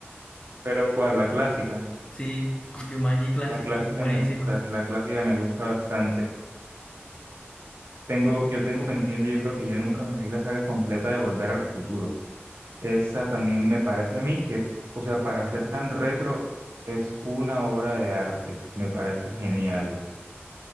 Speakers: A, on the right; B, on the left.
A: pero ¿cuál? La clásica.
B: Sí, Jumanji clásico.
A: La clásica
B: Buenísima.
A: me gusta, la clásica me gusta bastante. Tengo, yo tengo pendiente, yo creo que yo nunca me vi la saga completa de Volver al Futuro. Esa también me parece a mí que, o sea, para ser tan retro, es una obra de arte. Me parece genial.